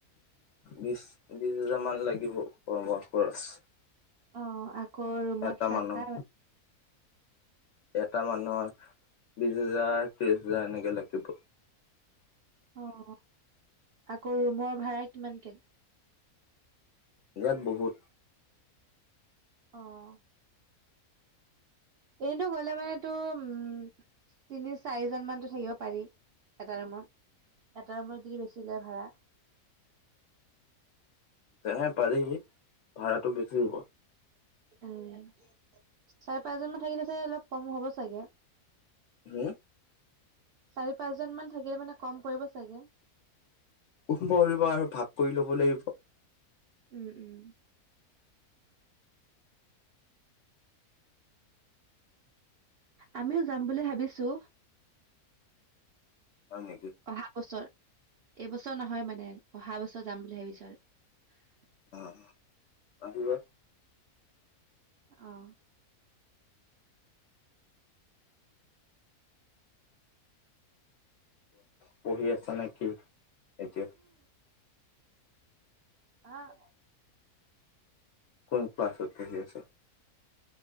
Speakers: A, on the left; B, on the right.
A: বিশ বিশ হোজাৰমান লাগিব খোৱা বোৱা খৰচ
B: অ', ৰুমত
A: এটা
B: থাকা
A: মানুহ এটা মানুহৰ বিশ হেজাৰ ত্ৰিশ হাজাৰ এনেকে লাগিব
B: অ', আকৌ ৰুমৰ ভাড়া কিমানকে
A: ইযাত বহুত
B: অ', এনেইটো গলে মানে তো উম তিনি চাৰিজন মানতো থাকিব পাৰি এটা ৰুমত এটা ৰুমত যদি বেছি লয় ভাড়া
A: তেনে পাৰি ভাড়াটো বেছি হ'ব।
B: উম চাৰি, পাঁচজনমান থাকিলে চাগে অলপ কম হ'ব চাগে।
A: হু।
B: চাৰি পাঁচ জন মান থাকিলে মানে কম কৰিব চাগে।
A: কম পৰিব আৰু ভাগ কৰি ল'ব লাগিব
B: উম-উম। আমিও যাম বুলি ভাবিছো।
A: হয় নেকি
B: অহা বছৰ এইবছৰ নহয় মানে, অহা বছৰ যাম বুলি ভাবিছো আৰু
A: অ' আহিব।
B: অ'।
A: পঢ়ি আছা নেকি এতিয়া?
B: অ'।
A: কোন ক্লাছত আহি আছে।